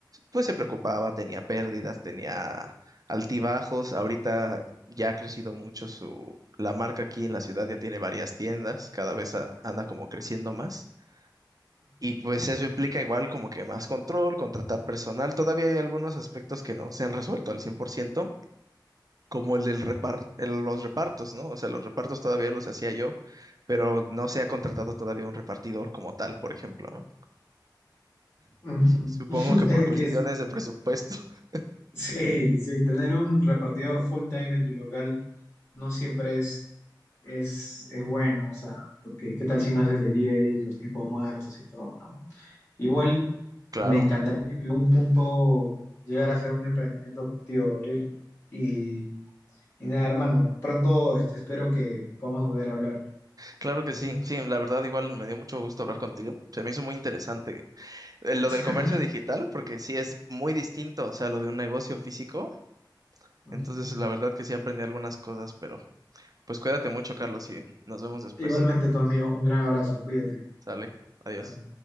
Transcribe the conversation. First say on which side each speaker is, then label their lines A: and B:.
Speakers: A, on the right; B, on the left.
A: pues se preocupaba, tenía pérdidas, tenía altibajos. Ahorita ya ha crecido mucho su la marca aquí en la ciudad, ya tiene varias tiendas, cada vez a- anda como creciendo más. Y pues eso implica igual como que más control, contratar personal. Todavía hay algunos aspectos que no se han resuelto al 100% como el del repar- el- los repartos, ¿no? O sea, los repartos todavía los hacía yo, pero no se ha contratado todavía un repartidor como tal, por ejemplo, ¿no?
B: ujú.
A: Y supongo
B: <laughs>
A: que por
B: Es
A: cuestiones
B: que es
A: de presupuesto. <laughs>
B: Sí, sí, tener un repartidor full time en tu local no siempre es, es, es bueno, o sea, porque qué tal si no haces deliveries, los tiempos muertos y todo, ¿no? Igual
A: Claro,
B: me encantaría en algún punto llegar a hacer un emprendimiento contigo, Gabriel. Y, y nada, hermano, pronto es- espero que podamos volver a hablar,
A: claro que
B: ¿sí?
A: sí. Sí, la verdad igual me dio mucho gusto hablar contigo. Se me hizo muy interesante eh, lo
B: <laughs>
A: del comercio digital, porque sí es muy distinto, o sea, lo de un negocio físico.
B: Ujú.
A: Entonces, la verdad que sí aprendí algunas cosas, pero... Pues cuídate mucho, Carlos, y nos vemos después.
B: Igualmente, tu amigo, un gran abrazo, cuídate.
A: Sale, adiós.
B: Chao.